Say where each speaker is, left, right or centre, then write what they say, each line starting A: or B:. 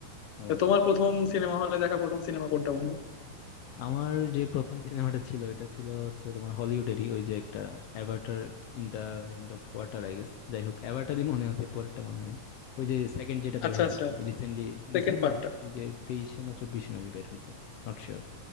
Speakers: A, on the left; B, on the left.
A: ও,
B: তো তোমার প্রথম সিনেমা হলে দেখা প্রথম সিনেমা কোনটা বন্ধু
A: আমার যে প্রথম সিনেমাটা ছিল এটা ছিল হচ্ছে তোমার হলিউডেরই ওই যে একটা Avatar in the end of water I guess যাই হোক অ্যাভাটারই মনে আছে পরেরটা মনে নাই ওই যে সেকেন্ড যেটা বের
B: আচ্ছা
A: হলো
B: আচ্ছা
A: রিসেন্টলি
B: সেকেন্ড
A: রিসেন্টলি
B: পার্টটা
A: ওই যে তেইশে না চব্বিশে মেবি বের হয়েছে নট শিওর